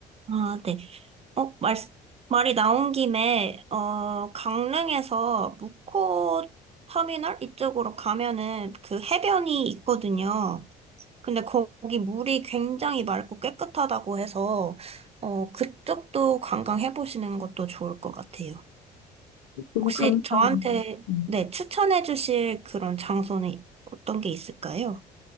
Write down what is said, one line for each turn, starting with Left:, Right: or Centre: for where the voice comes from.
Right: 아, 네. 어, 말, 말이 나온 김에, 어, 강릉에서 무코 터미널 이쪽으로 가면은 그 해변이 있거든요. 근데 거기 물이 굉장히 맑고 깨끗하다고 해서, 어, 그쪽도 관광해보시는 것도 좋을 것 같아요.
Left: 너무
Right: 혹시
Left: 감사합니다.
Right: 저한테
Left: 음.
Right: 네, 추천해 주실 그런 장소는 어떤 게 있을까요?